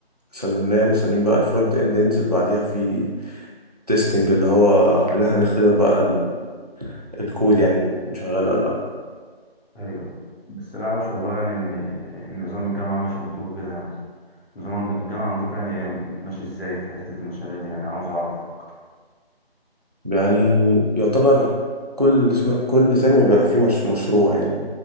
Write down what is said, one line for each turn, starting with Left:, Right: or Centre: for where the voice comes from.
Right: سلمناه مستنيين بقى الفرونت اند ينزل بعديها في تيستنج اللي هو ان احنا نختبر بقى ال- الكود يعني كان شغال ولا لا
Left: ايوه بس العاش والله يعني ان إن نظام الجامعة مش عندكم كده يعني نظام عند- الجامعة عندكم يعني إيه ماشي ازاي في حتة المشاريع دي يعني عاوز اعرف اكتر
Right: يعني يعتبر كل سم- كل ترم بيبقى فيه مش مشروع يعني